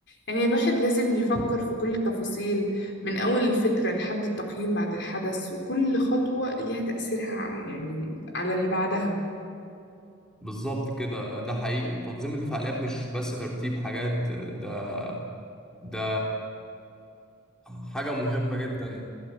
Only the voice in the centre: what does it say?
بالظبط كده ده حقيقي وتنظيم الفعاليات مش بس ترتيب حاجات ده ده حاجة مهمة جدا